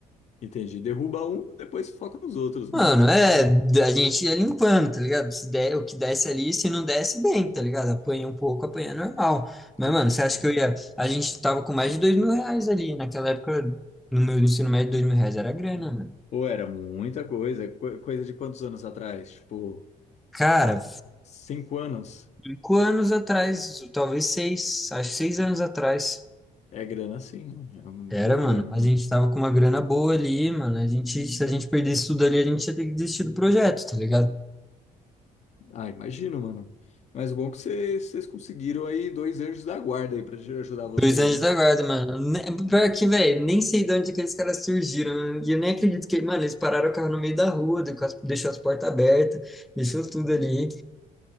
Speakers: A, on the left; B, in the centre.
A: Entendi. Derruba um, depois foca nos outros,
B: Mano,
A: né?
B: é, a gente ia limpando, tá ligado? Se der, o que desce ali, se não desce, bem, tá ligado? Apanha um pouco, apanha normal. Mas,
A: Com
B: mano,
A: certeza.
B: você acha que eu ia. A gente tava com mais de dois mil reais ali. Naquela época, no meu ensino médio, dois mil reais era grana, mano.
A: Pô, era muita coisa. Co- coisa de quantos anos atrás? Tipo,
B: Cara,
A: cinco anos.
B: cinco anos atrás, talvez seis, acho que seis anos atrás.
A: É, é grana sim, mano. É uma
B: Era,
A: boa
B: mano.
A: grana.
B: A gente
A: né?
B: tava com uma grana boa ali, mano. A gente, se a gente perdesse tudo ali, a gente ia ter que desistir do projeto, tá ligado?
A: Ah, imagino, mano. Mas bom é que vocês vocês conseguiram aí dois anjos da guarda aí pra te ajudar vocês,
B: Dois anjos
A: né?
B: da guarda, mano. Ne- Pior que, velho, nem sei de onde aqueles caras surgiram. E eu nem acredito que, mano, eles pararam o carro no meio da rua, deu- com as- deixou as portas abertas, deixou tudo ali.